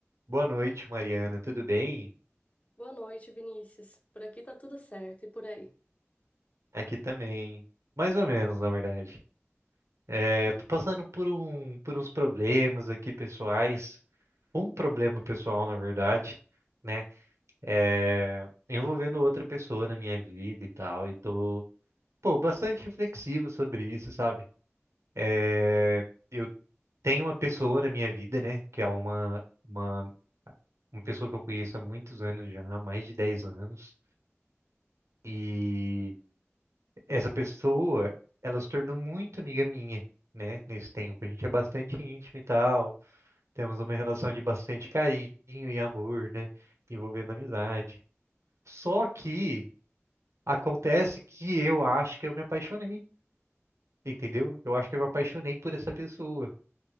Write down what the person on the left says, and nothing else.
Boa noite, Vinícius. Por aqui tá tudo certo, e por aí?
Ih,